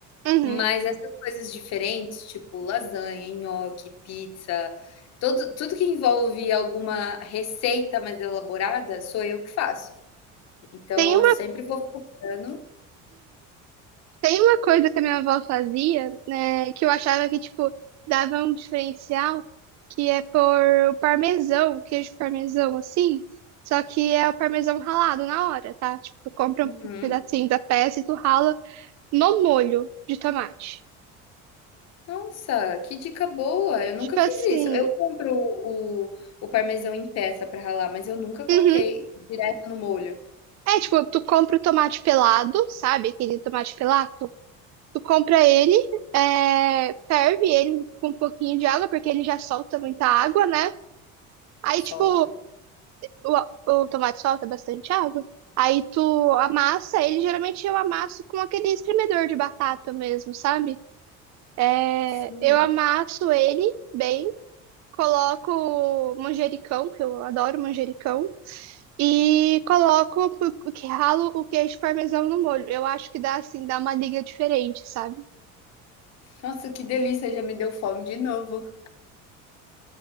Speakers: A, on the right; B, on the left.
A: Uhum.
B: Mas essas coisas diferentes, tipo lasanha, nhoque, pizza, todo tudo que envolve alguma receita mais elaborada, sou eu que faço. Então
A: Tem
B: eu sempre vou postando
A: Tem uma coisa que a minha avó fazia, né, que eu achava que, tipo, dava um diferencial, que é pôr o parmesão, queijo parmesão, assim, só que é o parmesão ralado na hora, tá? Tipo, tu compra
B: Uhum.
A: um pedacinho da peça e tu rala no molho de tomate.
B: Nossa, que dica boa! Eu nunca
A: Tipo
B: fiz
A: assim,
B: isso. Eu compro o o parmesão em peça para ralar, mas eu nunca coloquei
A: uhum.
B: direto no molho.
A: É, tipo, tu compra o tomate pelado, sabe? Aquele tomate pelado Tu compra ele, é, ferve ele com um pouquinho de água, porque ele já solta muita água, né? Aí,
B: Solta.
A: tipo, O, o tomate solta bastante água. Aí tu amassa, ele geralmente eu amasso com aquele espremedor de batata mesmo, sabe? É,
B: Sim.
A: eu amasso ele bem, coloco manjericão, que eu adoro manjericão, e coloco, o que ralo o queijo parmesão no molho. Eu acho que dá assim, dá uma liga diferente, sabe?
B: Nossa, que delícia, já me deu fome de novo.